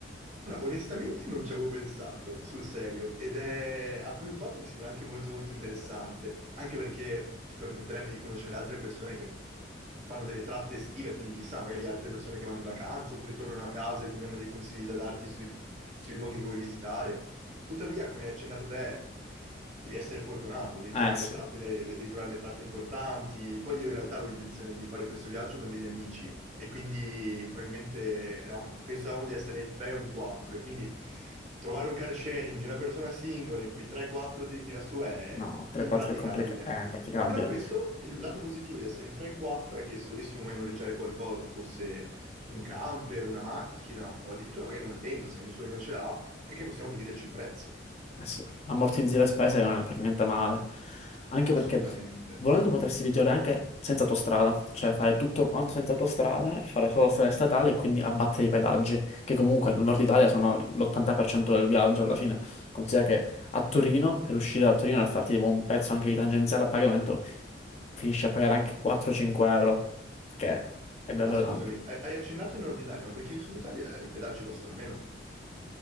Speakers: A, on the right; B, on the left.
A: Allora, onestamente non ci avevo pensato, sul serio, ed è a primo impatto mi sembra anche molto molto interessante, anche perché ti permetterebbe di conoscere altre persone che fanno delle tratte estive, quindi chissà, magari altre persone che vanno in vacanza oppure tornano a casa e quindi hanno dei consigli da darti sui, sui luoghi che vuoi visitare. Tuttavia, come hai accennato te, devi essere fortunato, devi
B: Eh
A: trovare
B: sì,
A: le tratte, le- devi trovare le tratte importanti. Poi io in realtà avevo intenzione di fare questo viaggio con degli amici e quindi probabilmente eravamo- pensavamo di essere in tre o in quattro e quindi trovare un car sharing di una persona singola in cui 3-4 ti tira su è
B: no, 3-4
A: impraticabile.
B: è complicato, è impraticabile.
A: Però questo, il lato positivo di essere in 3 in 4 è che se dovessimo mai noleggiare qualcosa, fosse un camper, una macchina o addirittura magari una tenda, se nessuno di noi ce l'ha, è che possiamo dividerci il prezzo,
B: Eh sì, ammortizzi le spese non è per niente male. Anche
A: assolutamente.
B: perché volendo potersi viaggiare anche senza autostrada, cioè fare tutto quanto senza autostrade, fare solo strade statali e quindi abbattere i pedaggi, che comunque nel nord Italia sono l'80% del viaggio alla fine. Considera che a Torino, per uscire da Torino e farti tipo un pezzo anche di tangenziale a pagamento, finisci a pagare anche 4-5 euro, che è davvero
A: Ma scusami,
B: tanto.
A: hai hai accennato in Nord Italia, ma perché in Sud Italia i pedaggi costano meno?